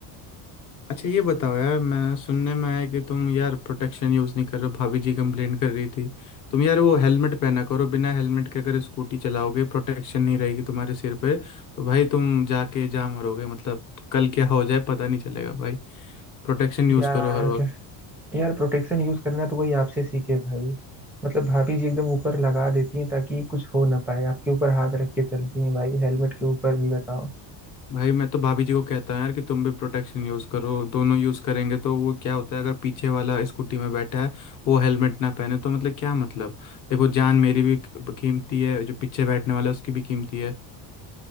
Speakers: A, on the left (about 40°); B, in the centre.
A: अच्छा ये बताओ यार मैं सुनने में आया कि तुम यार प्रोटेक्शन यूज़ नहीं कर रहे हो भाभी जी कंप्लेन कर रही थी तुम यार वो हेलमेट पहना करो बिना हेलमेट के अगर स्कूटी चलाओगे प्रोटेक्शन नहीं रहेगी तुम्हारे सिर पे तो भाई तुम जाके जा मरोगे मतलब कल क्या हो जाए पता नहीं चलेगा भाई प्रोटेक्शन यूज़
B: यार
A: करो हर वक्त
B: यार प्रोटेक्शन यूज करना तो कोई आपसे सीखे भाई मतलब भाभी जी एकदम ऊपर लगा देती हैं ताकि कुछ हो ना पाए आपके ऊपर हाथ रख के चलती हैं भाई हेलमेट के ऊपर भी बताओ
A: भाई मैं तो भाभी जी को कहता हूँ यार कि तुम भी प्रोटेक्शन यूज़ करो दोनों यूज़ करेंगे तो वो क्या होता है अगर पीछे वाला स्कूटी में बैठा है वो हेलमेट ना पहने तो मतलब क्या मतलब देखो जान मेरी भी कीमती है जो पीछे बैठने वाला है उसकी भी कीमती है